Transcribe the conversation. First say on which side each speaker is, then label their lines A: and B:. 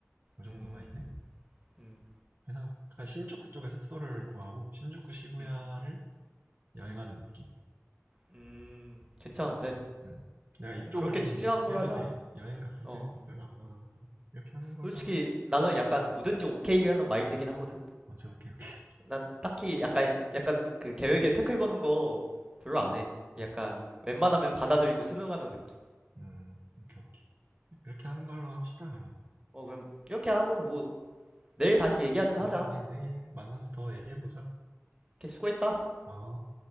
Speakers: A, on the right (about 45°); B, on the right (about 20°).
A: 그 정도가
B: 음,
A: 이제
B: 음,
A: 회사 약간 신주쿠 쪽에 숙소를 구하고 신주쿠 시부야를
B: 음,
A: 여행하는 느낌.
B: 음. 괜찮은데.
A: 음. 내가 이쪽을
B: 그럼 그렇게
A: 좀
B: 추진하는 걸로
A: 예전에
B: 하자.
A: 여행 갔을
B: 어.
A: 때 어, 별로 안 받아가지고 이렇게 하는 걸로
B: 솔직히
A: 하면
B: 나는 약간 뭐든지 오케이라는 마인드긴 하거든.
A: 맞제 오케이 오케이
B: 난 딱히 약간 약간 그 계획에 태클 거는 거 별로 안 해. 약간 웬만하면 받아들이고 순응하는 느낌.
A: 음 오케이 오케이 그렇게 하는 걸로 합시다 그러면
B: 어, 그럼 이렇게 하고 뭐 내일 다시 얘기하든
A: 오케이
B: 하자.
A: 오케이 내일 만나서 더 얘기해보자
B: 이렇게 수고했다.
A: 어